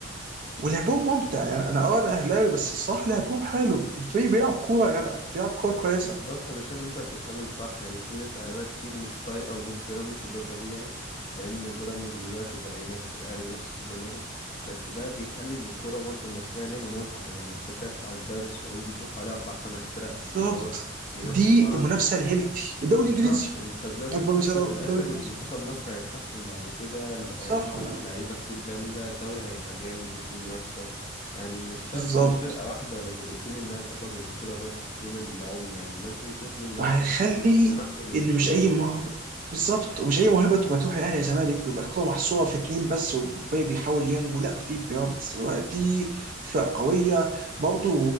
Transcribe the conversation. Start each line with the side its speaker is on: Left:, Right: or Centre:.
Right: ولعبهم ممتع يعني انا اه انا اهلاوي بس الصح لعبهم حلو الفريق بيلعب كورة يا جدع بيلعب كورة كويسة
Left: بالظبط أنا شايف إن أنت بتتكلم صح يعني في ناس أهلاوية كتير مش طايقة وجود <laughs> بيراميدز وده طبيعي لأن بيراميدز دلوقتي بقى ينافس الأهلي وينافس الزمالك بس ده بيخلي للكرة برضو المصرية ليها متعة يعني أنت شايف على الدوري السعودي في حوالي أربع خمس فرق
Right: بالظبط
Left: كبار بينافسوا
Right: دي
Left: بعض
Right: المنافسة الهيلثي الدوري
Left: بالظبط
Right: الانجليزي
Left: انت دلوقتي
Right: اكبر
Left: بتحسن
Right: مثال هو
Left: في الاخر
Right: الدوري الانجليزي
Left: منتخب مصر هيتحسن بعد كده ال- هيطلع
Right: صح
Left: لك
Right: و-
Left: لعيبه كتير جامده الدوري هيبقى جامد وفي منافسه يعني مش شرط
Right: بالظبط
Left: ان فرقه واحده ولا فرقتين انها تاخد البطوله بس طول العمر يعني لازم يكون في منافسه
Right: وهنخلي
Left: وفي تنقل للبطولات
Right: ان مش اي مهر بالظبط ومش اي موهبه تبقى تروح الاهلي يا زمالك ويبقى الكوره محصوره في اتنين بس والباقي بيحاول ينجو لا في بيراميدز دلوقتي فرقه قويه برضه